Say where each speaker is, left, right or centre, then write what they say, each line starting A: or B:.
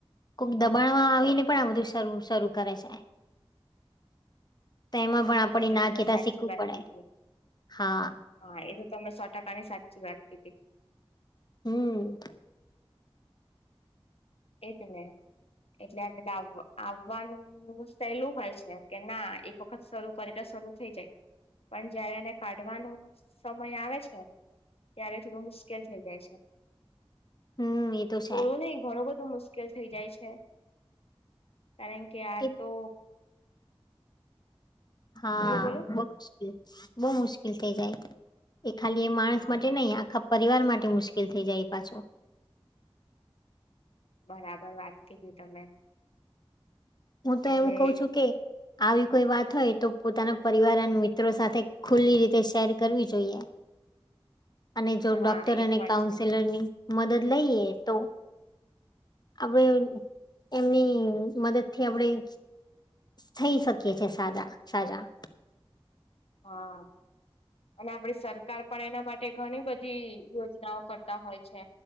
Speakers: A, on the left; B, on the left.
A: કોક દબાણમાં આવીને પણ આ બધું શ શરૂ કરે છે.
B: <inaudible>
A: તો એમાં પણ આપણે
B: એ તો
A: ના
B: તમે
A: કેતા
B: સાચી
A: શીખવું
B: વાત
A: પડે
B: કીધી.
A: હા
B: હા એ તો તમે સો ટકાની સાચી વાત કીધી.
A: હમ.
B: એજ ને. એટલે લ આવવાનું સહેલું હોય છે કે ના એક વખત શરૂ કરી તો શરૂ થઈ જાય, પણ જયારે એને કાઢવાનો સમય આવે છે. ત્યારે થોડું મુશ્કેલ થઈ જાય છે.
A: હમ એ તો છે.
B: થોડું નહીં ઘણું બધું મુશ્કેલ થઇ જાય છે. કારણ કે આ
A: એ
B: તો
A: હા
B: બોલો બોલો
A: બહુ મુશ્કિલ બહુ મુશ્કેલ થઇ જાય. એ ખાલી એ માણસ
B: હા
A: માટે નહી આખા પરિવાર માટે મુશ્કેલ થઈ જાય એ પાછું.
B: બરાબર વાત કીધી તમે.
A: હું તો
B: એટલે
A: એવું ક છું કે આવી કોઈ વાત હોય તો પોતાના પરિવાર અને મિત્રો સાથે ખુલ્લી રીતે શેર કરવી જોઈએ. અને જો ડોક્ટર
B: હા એ
A: અને
B: પણ
A: કાઉન્સેલર
B: છે
A: ની મદદ લઈએ તો. હવે એમની મદદ થી આપણેે થઈ શકીએ છે એ સાજા સાજા.
B: હા. અને આપડી સરકાર પણ એના માટે ઘણી બધી યોજનાઓ કરતા હોય છે.